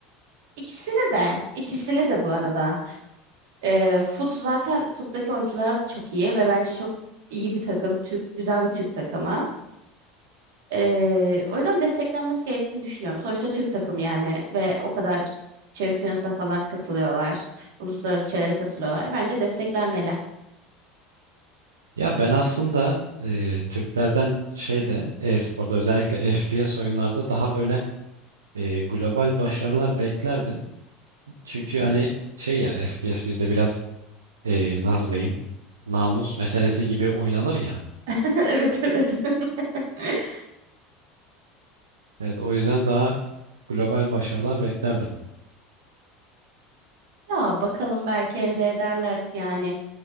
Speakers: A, on the right (about 65°); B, on the right (about 80°).
A: ikisini de ikisini de bu arada. E, Fut zaten Fut'taki oyuncular da çok iyi ve bence çok iyi bir takım. Türk, güzel bir Türk takımı. Ee, o yüzden desteklenmesi gerektiğini düşünüyorum. Sonuçta Türk takım yani ve o kadar Champions'a falan katılıyorlar. Uluslararası şeylere katılıyorlar. Bence desteklenmeli.
B: Ya ben aslında e, Türklerden şeyde e-sporda özellikle FPS oyunlarda daha böyle e, global başarılar beklerdim. Çünkü hani şey ya FPS bizde biraz e, nasıl diyeyim namus meselesi gibi oynanır ya.
A: <laughs> Evet evet. <laughs>
B: Evet o yüzden daha global başarılar beklerdim.
A: Ya bakalım belki elde ederler yani.